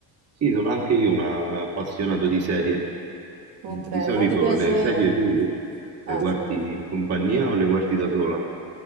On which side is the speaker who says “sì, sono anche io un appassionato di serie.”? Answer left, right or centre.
Right